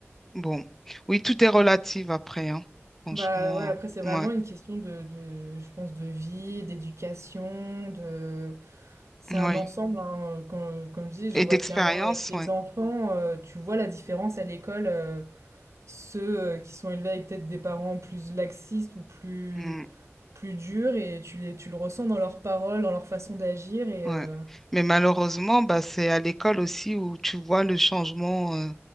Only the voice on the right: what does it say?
Bah, ouais, après, c'est vraiment
une question de, de- je pense, de vie, d'éducation, de... C'est
un ensemble, hein, euh, Comme, comme je dis, je
vois
clairement avec les
enfants, euh, tu vois la différence à l'école, euh, ceux euh, qui sont élevés avec peut-être des parents plus laxistes ou plus,
plus durs, et tu les, tu le ressens dans leurs paroles, dans leur façon d'agir, et
euh,